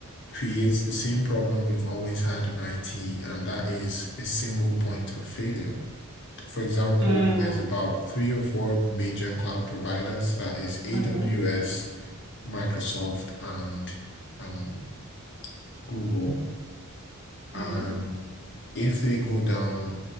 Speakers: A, on the left; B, on the right.
A: creates the same problem we've always had in IT, and that is a single point of failure. For example,
B: Mm-hmm.
A: there's about three or four major cloud providers that is AWS,
B: Mm-hmm.
A: Microsoft, and um, Google. And
B: Mm-hmm.
A: if they go down,